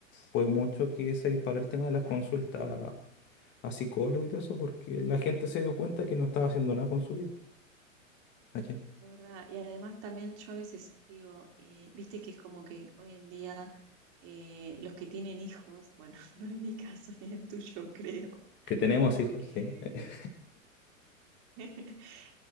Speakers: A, on the left (about 25°); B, on the right (about 40°).
A: fue mucho que se disparó el tema
B: es
A: de
B: verdad,
A: las consultas a, a psicólogos y todo eso, porque la gente se dio cuenta que no estaba haciendo nada con su vida. ¿Cachai?
B: es verdad. Y además también yo a veces digo, eh, viste que es como que hoy en día eh, los que tienen hijos, bueno, <laughs> no es mi caso ni el tuyo, creo.
A: Que tenemos hijos,
B: eh,
A: sí. Eh,
B: <laughs>